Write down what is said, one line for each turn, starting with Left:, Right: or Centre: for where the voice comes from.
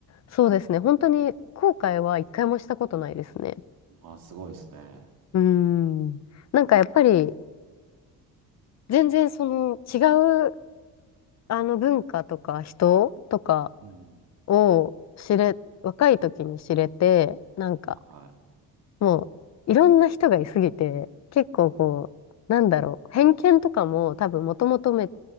Left: う、そうですね。本当に後悔は一回もしたことないですね。
Right: まあ、すごいですね。
Left: うーん。なんかやっぱり、全然その違う、あの文化とか人とか
Right: うん。
Left: を知れ、若い時に知れて、なんか、
Right: は
Left: もういろんな人がいすぎて、結構こう、なんだろう、偏見とかも多分もともとめ